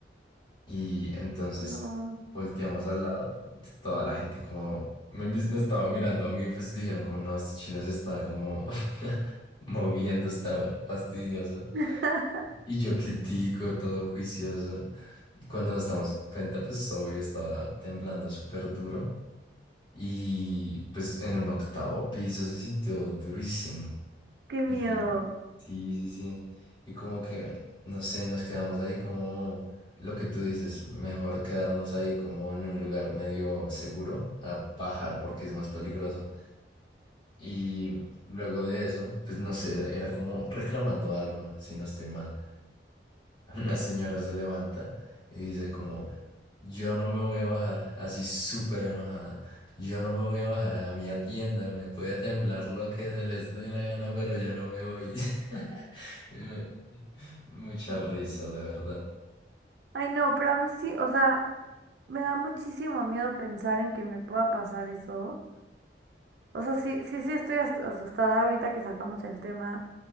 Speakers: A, on the left; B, on the right.
A: Y entonces
B: no,
A: volteamos al lado, y t- toda la gente como me, mis- me estaba mirando a mí, pues dijeron como no, este chino se está como <laughs> moviendo, estaba fastidioso.
B: <laughs>
A: Y yo quietico, todo juicioso. Cuando nos damos cuenta, pues obvio estaba temblando súper duro. Y pues en un octavo piso se sintió durísimo.
B: Qué
A: Y
B: miedo.
A: sí, sí, sí. Y como que, no sé, nos quedamos ahí como lo que tú dices, mejor quedarnos ahí como en un lugar medio seguro a bajar porque es más peligroso. Y luego de eso, pues no sé, era como reclamando algo, si no estoy mal. Una señora se levanta y dice como, yo no me voy a bajar, así súper enojada. Yo no me voy a bajar a mi tienda, me puede temblar lo que se les dé la gana, pero yo no me voy. <laughs> Y me- Mucha risa, la verdad.
B: Ay, no, pero a mí sí, o sea, me da muchísimo miedo pensar en que me pueda pasar eso. O sea, sí, sí, sí estoy as- asustada ahorita que sacamos el tema.